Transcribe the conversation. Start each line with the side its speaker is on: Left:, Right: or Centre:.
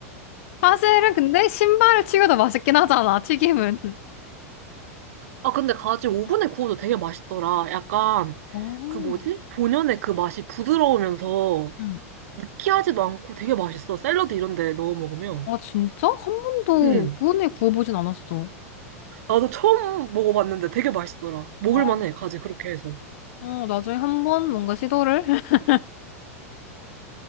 Left: 사실은 근데 신발을 튀겨도 맛있긴 하잖아, 튀김은.
Right: 아, 근데 가지 오븐에
Left: 응.
Right: 구워도 되게 맛있더라. 약간
Left: 어,
Right: 그 뭐지? 본연의 그 맛이 부드러우면서
Left: 응.
Right: 느끼하지도 않고 되게 맛있어. 샐러드 이런 데 넣어 먹으면.
Left: 아, 진짜? 한 번도
Right: 음.
Left: 오븐에 구워보진 않았어.
Right: 나도 처음 먹어봤는데 되게 맛있더라. 먹을
Left: 아.
Right: 만해, 가지 그렇게 해서.
Left: 어, 나중에 한 번 뭔가 시도를. <laughs>